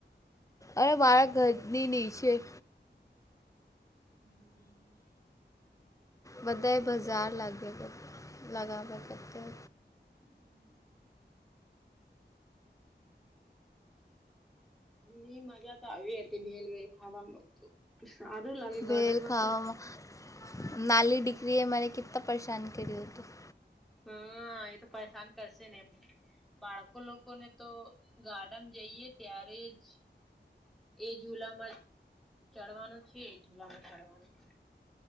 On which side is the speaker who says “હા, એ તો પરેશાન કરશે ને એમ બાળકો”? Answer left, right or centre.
Centre